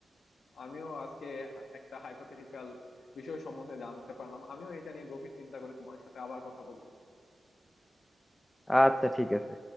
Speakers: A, on the left; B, on the left.
A: আমিও আজকে একটা হাইপোথেটিক্যাল বিষয় সম্বন্ধে জানতে পারলাম আমিও এটা নিয়ে গভীর চিন্তা করে তোমার সাথে আবার কথা বলবো
B: আচ্ছা ঠিক আছে